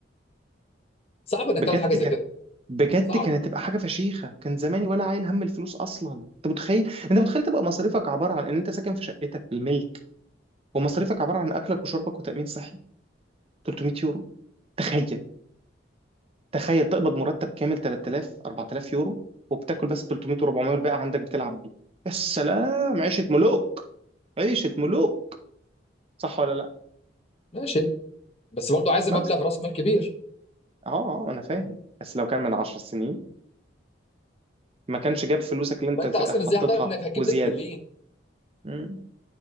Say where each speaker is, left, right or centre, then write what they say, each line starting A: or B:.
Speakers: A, on the left; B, on the right.
A: صعب انك
B: بجد
A: تعرف حاجه زي
B: كانت
A: كده
B: بجد
A: صعب
B: كانت تبقى حاجه فشيخه كان زماني ولا عايل هم الفلوس اصلا انت متخيل انت متخيل تبقى مصاريفك عباره عن ان انت ساكن في شقتك الملك ومصاريفك عباره عن اكلك وشربك وتامين صحي 300 يورو تخيل تخيل تقبض مرتب كامل 3000 4000 يورو وبتاكل بس 300 و400 والباقي عندك بتلعب بيه يا سلام عيشه ملوك عيشه ملوك صح ولا لا
A: ماشي بس برضه عايز
B: بس
A: مبلغ راس مال كبير
B: اه اه انا فاهم بس لو كان من 10 سنين ما كانش جاب فلوسك اللي انت
A: فانت اصلا
B: حطيتها
A: ازاي هتعرف انك هتجيب
B: وزياده
A: ده في برلين
B: مم.